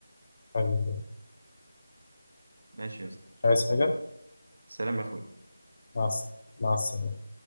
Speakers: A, on the left; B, on the right.
A: حبيبي
B: ماشي يا اسطى
A: عايز حاجة؟
B: سلام يا اخوي
A: مع الس- مع السلامة